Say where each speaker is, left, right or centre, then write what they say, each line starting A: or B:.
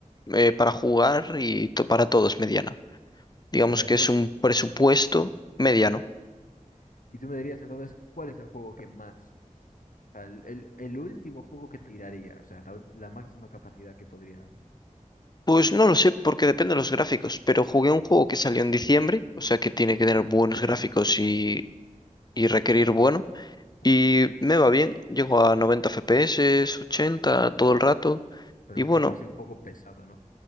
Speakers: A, on the left; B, on the left.
A: eh, para jugar y to- para todo es mediana. Digamos
B: O sea, entonces,
A: que es un presupuesto mediano.
B: ¿Mm? y tú me dirías entonces, ¿cuál es el juego que más, o sea, el, el- el último juego que tiraría, o sea, la, ul- la máxima capacidad que podría,
A: Pues no lo sé, porque depende de los gráficos, pero jugué un juego que salió en diciembre, o sea que tiene que tener buenos gráficos
B: sí,
A: y, y requerir
B: mm,
A: bueno, y
B: sí,
A: me va bien, llego a 90 FPS, 80 todo el rato,
B: pero
A: y
B: un
A: bueno.
B: juego así un poco pesado, ¿no?